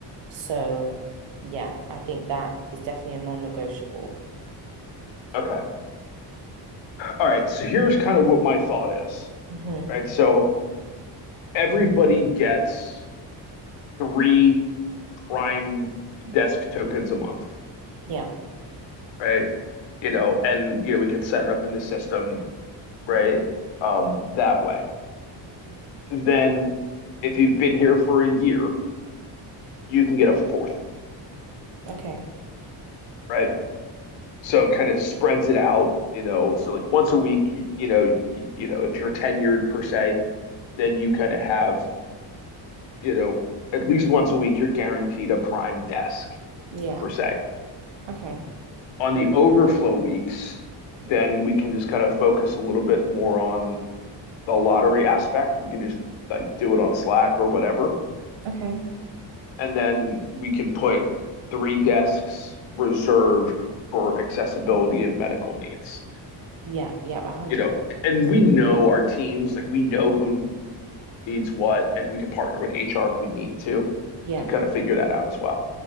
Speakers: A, on the right (about 75°); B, on the left (about 85°).
A: So yeah, I think that is definitely a non-negotiable.
B: Okay. All right. So here's kind of what my thought is.
A: hmm
B: right? So everybody gets three prime desk tokens a month,
A: Yeah.
B: right? You know, and you know, we can set it up in the system, right? Um, that way. Then if you've been here for a year, you can get a fourth,
A: Okay.
B: right? So it kind of spreads it out, you know. So like once a week, you, you know, you, you know, if you're tenured per se, then you kind of have, you know, at least once a week, you're guaranteed a prime desk
A: Yeah.
B: per se
A: Okay.
B: on the overflow weeks, then we can just kind of focus a little bit more on the lottery aspect. We can just like do it on Slack or whatever.
A: Okay.
B: And then we can put three desks reserved for accessibility and medical needs.
A: Yeah. Yeah. 100,
B: You know,
A: 100%.
B: and we know our teams, like we know who needs what, and we can partner with HR if we need to
A: Yeah.
B: to kind of figure that out as well.